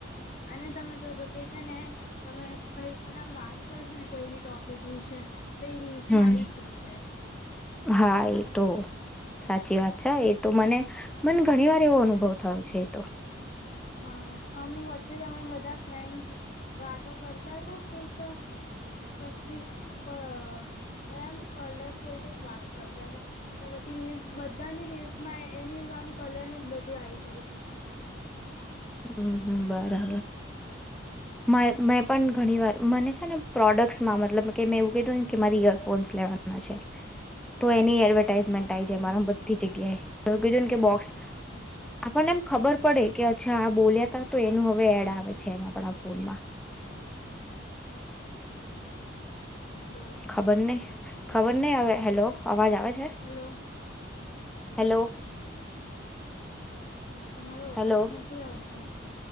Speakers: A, on the left; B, in the centre.
A: અને. તમે જો જો કે છે ને તમે કઈ પણ આમ વાત કરશો ને કોઈ બ ટોપિક વિશે તો એ રીલ્સમાં
B: હમ
A: આવી જ જશે.
B: હા એ તો સાચી વાત છે એતો મને મને ઘણી વાર એવો અનુભવ થયો છે એતો.
A: હા અમે વચ્ચે અમે બધા ફ્રેન્ડ્સ વાતો કરતા હતા કઈક કશી ક કયામ કલર કેવું કઈક વાત કરતા હતા તો પછી રીલ્સ બધાની રીલ્સમાં એની આમ કલર ન જ બધી આવી ગય
B: હમ્મ બરાબર મેં પણ ઘણી વાર મને છે ને પ્રોડક્ટસમાં મતલબ કે મેં એવું કીધું કે મારી ઈયરફોન્સ લેવાના છે. તો એની એડવર્ટાાઈઝમેન્ટ
A: હા
B: આવી જાય મારામા - બધી જગ્યાએ. હવે કઈ દઉં
A: હા
B: ને કે બોક્સ આપણને એમ ખબર પડે કે અચ્છા આ બોલ્યા ત તો એનું હવે એડ આવે. છે એમ આપણા ફોનમાં.
A: હલો
B: ખબર નહી. ખબર નહી આવે હેલો અવાજ આવે. છે.
A: Hello
B: hello.
A: તમારો અવાજ
B: હેલો
A: નથી આવતો.